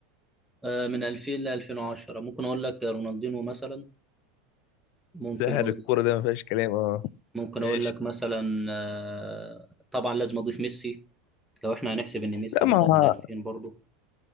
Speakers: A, in the centre; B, on the left.
A: آه، من 2000 ل 2010 ممكن اقول لك رونالدينو مثلا ممكن
B: ساحر
A: اقول
B: الكوره ده ما فيهاش كلام اه
A: ممكن
B: ماشي
A: اقول لك مثلا آه، طبعا لازم اضيف ميسي لو احنا هنحسب ان ميسي
B: لا
A: بدأ
B: ما
A: من 2000 برضه